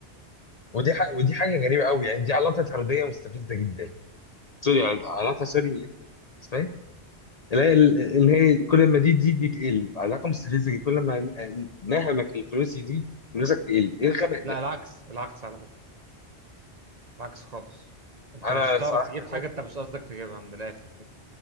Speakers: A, on the left; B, on the right.
A: ودي حاجة ودي حاجه غريبه قوي يعني دي علاقه طرديه مستفزه جدا سوري يعني علاقه سوري اسمها ايه اللي هي اللي هي كل ما دي تزيد دي تقل علاقه مستفزه جدا. كل ما نهمك الفلوس يزيد فلوسك تقل ايه الغباء ده
B: لا العكس العكس على فكرة العكس خالص انت
A: انا
B: مش هتعرف
A: صراحه
B: تجيب حاجة انت مش قصدك تجيبها من الاخر كده